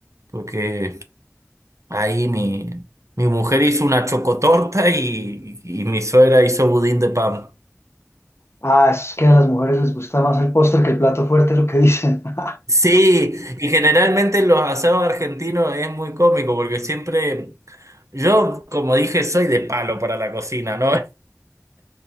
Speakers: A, on the right (about 75°); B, on the left (about 55°).
A: porque ahí mi, mi mujer hizo una chocotorta y, y mi suegra hizo budín de pan.
B: Ah, es que a las mujeres les gusta más el postre que el plato fuerte, es lo que dicen. <laughs>
A: Sí, y generalmente los asados argentinos es muy cómico porque siempre, yo como dije, soy de palo para la cocina, ¿no? <laughs>